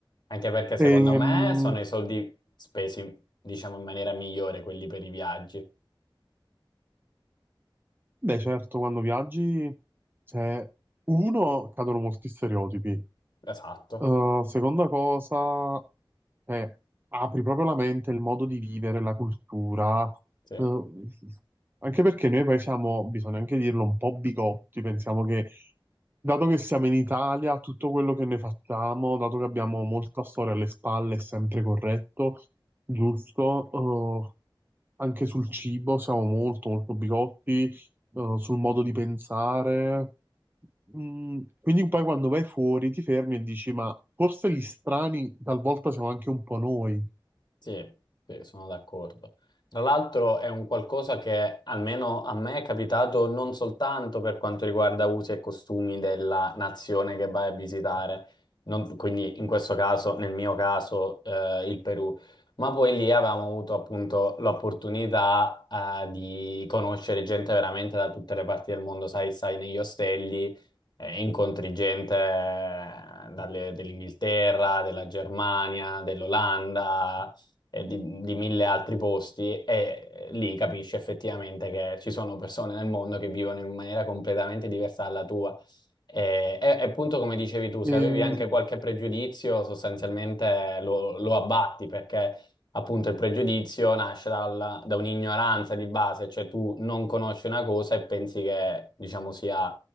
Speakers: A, on the left; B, on the right.
A: Anche perché secondo
B: Ehm,
A: me sono i soldi spesi, diciamo, in maniera migliore quelli per i viaggi.
B: beh, certo, quando viaggi, cioè, uno, cadono molti stereotipi.
A: Esatto,
B: Uh, seconda cosa, eh, apri proprio la mente, il modo di vivere, la cultura,
A: sì.
B: uh, anche perché noi poi siamo, bisogna anche dirlo, un po' bigotti, pensiamo che dato che siamo in Italia, tutto quello che noi facciamo, dato che abbiamo molta storia alle spalle, è sempre corretto, giusto, uh, anche sul cibo siamo molto molto bigotti, eh, sul modo di pensare. Mm, quindi poi quando vai fuori ti fermi e dici, ma forse gli strani talvolta siamo anche un po' noi.
A: Sì, sì, sono d'accordo. Tra l'altro è un qualcosa che almeno a me è capitato non soltanto per quanto riguarda usi e costumi della nazione che vai a visitare, non- quindi in questo caso, nel mio caso, eh, il Perù, ma poi lì avevamo avuto appunto l'opportunità, eh, di conoscere gente veramente da tutte le parti del mondo, sai, sai, negli ostelli eh, incontri gente eh, dalle- dell'Inghilterra, della Germania, dell'Olanda, e di, di mille altri posti e lì capisci effettivamente che ci sono persone nel mondo che vivono in maniera completamente diversa dalla tua. E, e- e appunto come dicevi tu, se
B: E,
A: avevi anche qualche pregiudizio, sostanzialmente lo, lo abbatti perché appunto il pregiudizio nasce dal- da un'ignoranza di base, cioè tu non conosci una cosa e pensi che, diciamo, sia